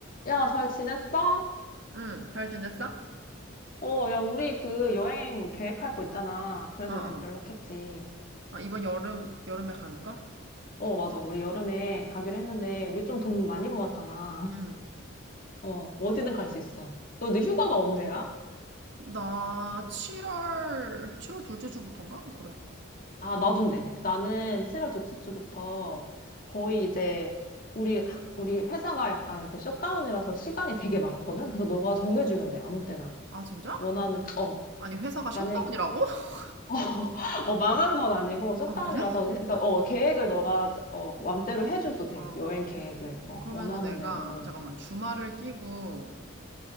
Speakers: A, on the left (about 40°); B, on the right (about 55°).
A: 야, 잘 지냈어?
B: 응, 잘 지냈어?
A: 어, 야, 우리 그 여행 계획할 거 있잖아. 그래서
B: 어, 어.
A: 연- 연락했지.
B: 아, 이번 여름, 여름에 가는 거?
A: 어, 맞아. 우리 여름에 가기로 했는데, 우리 좀 돈 많이 모았잖아.
B: 응.
A: <laughs> 어, 어디든 갈 수 있어. 너 근데 휴가가 언제야?
B: 나 7월, 7월 둘째 주부터인가? 그래.
A: 아, 나도인데. 나는 7월 둘째 주부터 거의 이제 우리, 학- 우리 회사가 약간 그 셧다운이라서 시간이 되게 많거든? 그래서 너가 정해주면 돼. 아무 때나.
B: 아, 진짜?
A: 원하는, 어,
B: 아니, 회사가 셧다운이라고?
A: 만약에,
B: <laughs>
A: 어, <laughs> 어, 망한 건 아니고 셧다운이라서
B: 아, 그래?
A: 그러니까 어 계획을 너가 어 맘대로 해줘도 돼
B: 아,
A: 여행 계획을 어,
B: 그러면은
A: 원하는
B: 내가,
A: 대로
B: 잠깐만, 주말을 끼고,